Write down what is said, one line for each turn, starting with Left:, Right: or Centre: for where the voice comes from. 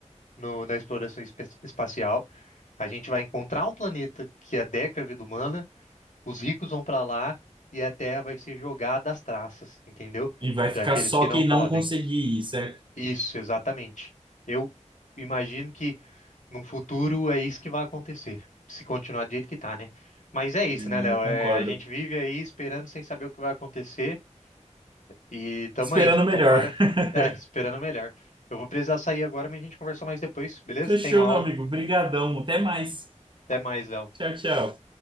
Left: no- na exploração espe- espacial, a gente vai encontrar um planeta que adequa à vida humana, os ricos vão para lá e a Terra vai ser jogada às traças, entendeu?
Right: E vai ficar
Left: Para aqueles
Right: só
Left: que não
Right: quem
Left: podem.
Right: não conseguir ir, certo?
Left: Isso, exatamente. Eu imagino que num futuro é isso que vai acontecer, se continuar do jeito que tá, né? Mas é isso,
Right: É,
Left: né, Léo?
Right: eu concordo.
Left: É, a gente vive aí esperando sem saber o que vai acontecer. E tamo
Right: Esperando
Left: aí,
Right: o melhor.
Left: tomara.
Right: <laughs>
Left: É, esperando o melhor. Eu vou precisar sair agora, mas a gente conversa mais depois, beleza?
Right: Fechou,
Left: Tenho aula.
Right: meu amigo. Brigadão. Até mais.
Left: Até mais, Léo.
Right: Tchau, tchau.